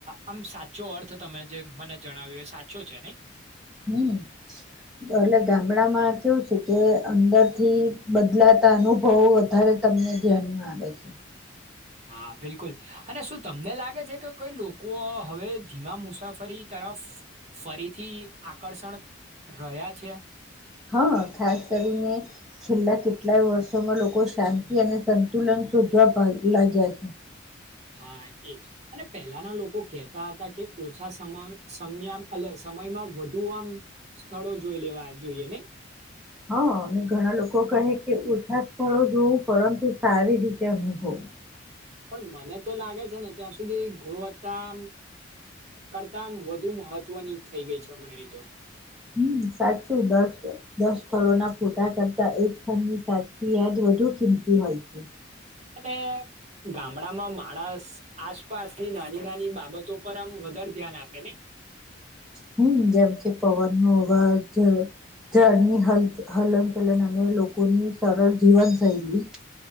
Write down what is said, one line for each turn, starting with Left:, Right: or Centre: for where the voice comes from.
Right: આમ સાચો અર્થ તમે જે મને જણાવ્યું એ સાચો છે નહી.
Centre: હમ એટલે ગામડામાં કેવું છે કે અંદરથી બદલાતા અનુભવો વધારે તમને ધ્યાનમાં આવે છે.
Right: હા બિલકુલ અને શું તમને લાગે છે કે કોઈ લોકો હવે ધીમા મુસાફરી તરફ ફરીથી આકર્ષણ રહ્યા છે.
Centre: હા ખાસ કરીને છેલ્લા કેટલાય વર્ષોમાં લોકો શાંતિ અને. સંતુલન શોધવા પાાય. <unintelligible> છે.
Right: હા, એજ અને પહેલાના લોકો કહેતા હતા, કે ઓછા સમય સમયમાં વધુ આમ સ્થળો જોઈ લેવા જોઈએ અને
Centre: હા, અને ઘણા લોકો કહે, કે ઓછા સ્થળો જોવું પરંતુ સારી રીતે અનુભવ
Right: પણ મને તો લાગે છે, ને ત્યાં સુધી ગુણવત્તા કરતામ વધુ મહત્વની થઈ ગઈ છે. હમણાંતો
Centre: હમ્મ, સાચું દસ-દસ સ્થળોના ફોટા કરતા એક સ્થળની <inaudible> યાદ વધુ કિંમતી હોય છે.
Right: અને ગામડામાં માણસ આસપાસની નાની-નાની બાબતો પર આમ વધારે ધ્યાન આપે ને.
Centre: હમ્મ, જેમ કે પવન વાજ જળની હ હલનચલન અને લોકોની સરળ જીવન થયલી